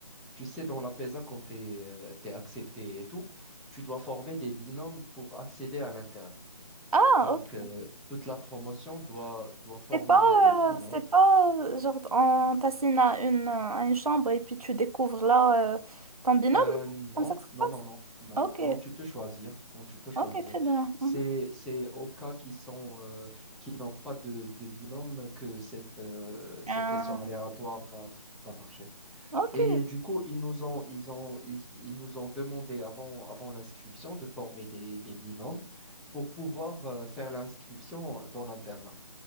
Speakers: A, in the centre; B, on the right.
A: Tu sais, dans la PESA, quand tu es, accepté et tout, tu dois former des binômes pour accéder à l'internat.
B: Ah,
A: Donc,
B: ok.
A: euh, toute la promotion doit, doit former
B: C'est pas,
A: des binômes.
B: euh, c'est pas, euh, genre, on t'assigne à une, euh, à une chambre et puis tu découvres là, euh, ton binôme,
A: Euh,
B: non?
A: non,
B: Comme ça que ça se
A: non,
B: passe?
A: non, non, non,
B: Ok,
A: non, tu peux choisir. Non, tu peux choisir.
B: ok, très bien.
A: C'est,
B: Mhm.
A: c'est au cas qui sont, euh, qui n'ont pas de, de binôme que cette, euh, cette
B: Euh,
A: question aléatoire va, va marcher.
B: ok.
A: Et du coup, ils nous ont, ils ont, ils, ils nous ont demandé avant, avant l'inscription de former des, des binômes pour pouvoir euh, faire l'inscription dans l'internat.